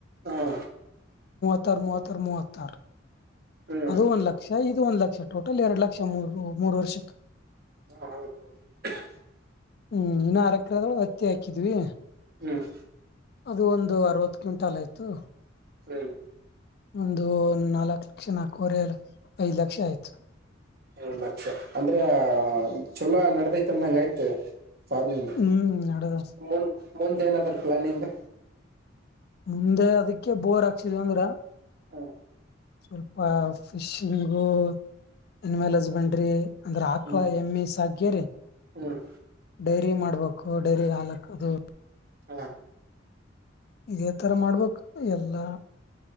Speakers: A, on the right (about 55°); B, on the left (about 55°).
A: ಹಾ
B: ಮೂವತ್ತ ಮೂವತ್ತಾರ
A: ಹ್ಮ್ ಹ್ಮ್
B: ಅದು ಒಂದ್ ಲಕ್ಷ ಇದು ಒಂದ್ ಲಕ್ಷ ಟೋಟಲ್ ಎರಡು ಲಕ್ಷ ಮೂರು ಮೂರು ವರ್ಷಕ್ಕೆ
A: ಹ್ಮ ಹ್ಮ ಹ್ಮ
B: ಹ್ಮ್ ಆರು ಎಕ್ಕರೆ ಅತ್ತಿ ಹಾಕಿದ್ವಿ
A: ಹ್ಮ್
B: ಅದು ಒಂದು ಅರವತ್ತು ಕ್ವಿಂಟಾಲ್ ಆಯ್ತು
A: ಹ್ಮ್
B: ಒಂದು ನಾಲ್ಕು ಲಕ್ಷ ನಾಲ್ಕು ವರೆ ಐದು ಲಕ್ಷ ಆಯ್ತು
A: ಏಳ ಲಕ್ಷ ಅಂದ್ರ ಚೊಲೋ ನಡತೈತ್ಂದಂಗ ಆಯ್ತ ಫಾರ್ಮಿಂಗ್
B: ಹ್ಮ್ ನಡದ
A: ಮುಂದ್ ಮುಂದ ಏನಾದ್ರ ಪ್ಲಾನಿಂಗ್
B: ಮುಂದೆ ಅದಕ್ಕೆ ಬೋರ್ ಹಾಕ್ಸಿದ ಅಂದ್ರ
A: ಹಾ
B: ಸ್ವಲ್ಪ ಫಿಶಿಂಗು ಎನಿಮಲ್ ಹಸ್ಬೆಂಡ್ರಿ ಅಂದ್ರೆ ಆಕ್ಳ
A: ಹ್ಮ್
B: ಎಮ್ಮಿ ಸಾಕೇರಿ
A: ಹ್ಮ್
B: ಡೈರಿ ಮಾಡ ಡೈರಿಗೆ ಹಾಲು ಹಾಕುವುದು
A: ಹಾ
B: ಇದೇ ತರ ಮಾಡ್ಬೇಕು ಎಲ್ಲಾ